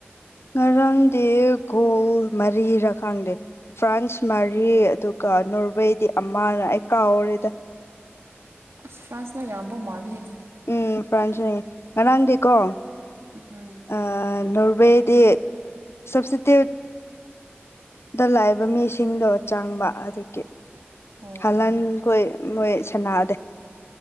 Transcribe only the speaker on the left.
ꯉꯔꯥꯡꯗꯤ ꯒꯣꯜ ꯃꯔꯤꯔ ꯈꯪꯗꯦ ꯐ꯭ꯔꯥꯟꯁ ꯃꯔꯤ ꯑꯗꯨꯒ ꯅꯕꯩꯗꯤ ꯑꯃꯅ ꯑꯩ ꯀꯥꯎꯔꯤꯦꯗ
ꯎꯝ ꯐ꯭ꯔꯥꯟꯁ ꯉꯔꯥꯟꯗꯤꯀꯣ
ꯑ ꯅꯣꯔꯋꯦ ꯗ ꯁꯁꯦ ꯇ ꯗ ꯂꯥꯛꯕ ꯃꯤꯁꯤꯡꯗꯣ ꯆꯪꯕ ꯑꯗꯨꯒꯤ
ꯍꯍꯟꯈꯣꯏ ꯃꯣꯏ ꯁꯅꯥꯗꯦ